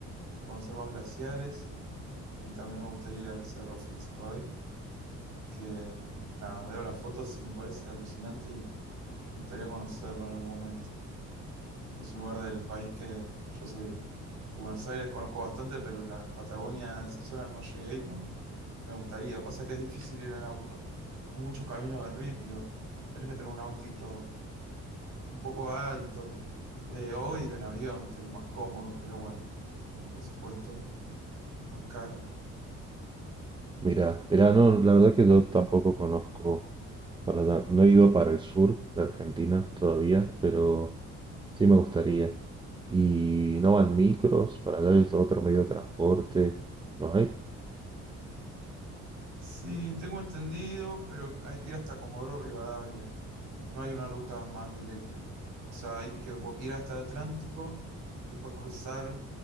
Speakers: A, on the right; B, on the right.
A: conocer los glaciares y también me gustaría ir al Cerro Fitzroy, que nada, veo las fotos y me parece alucinante y me gustaría conocerlo en algún momento. Es un lugar del país que yo soy de Buenos Aires, conozco bastante, pero la Patagonia, esa zona no llegué y me, me gustaría. Pasa que es difícil ir en auto. Hay muchos caminos de ripio, tenés que tener un autito un poco alto, eh, o ir en avión, que es lo más cómodo, pero bueno, el presupuesto es más caro.
B: Mira, mira, no, la verdad que yo tampoco conozco para allá. No he ido para el sur de Argentina todavía, pero sí me gustaría. Y no van micros, para allá es otro medio de transporte. ¿No hay?
A: Sí, tengo entendido, pero hay que ir hasta Comodoro Rivadavia. no hay una ruta más directa. O sea, hay que vo- ir hasta el Atlántico y después cruzar